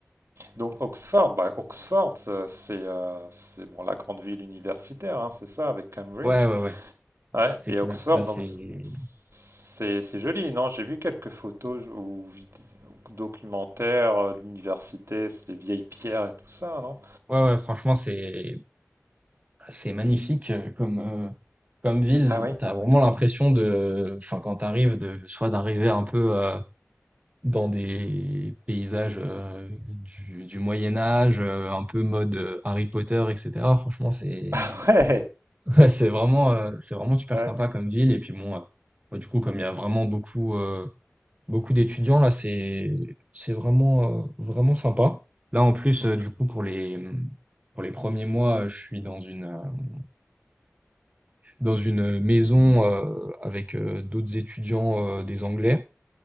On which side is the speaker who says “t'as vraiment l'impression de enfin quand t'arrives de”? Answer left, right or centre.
Right